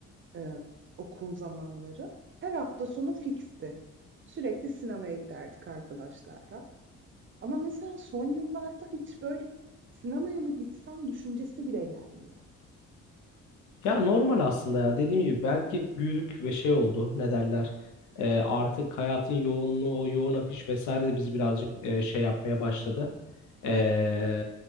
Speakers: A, on the right (about 40°); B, on the left (about 80°).
A: e, okul zamanları her hafta sonu fiksti. Sürekli sinemaya giderdik arkadaşlarla. Ama mesela son yıllarda hiç böyle sinemaya mı gitsem düşüncesi bile gelmiyor.
B: Ya normal aslında ya dediğim gibi belki büyüdük ve şey oldu ne derler Ee, artık hayatın yoğunluğu o yoğun akış vesaire de bizi birazcık e, şey yapmaya başladı. Ee,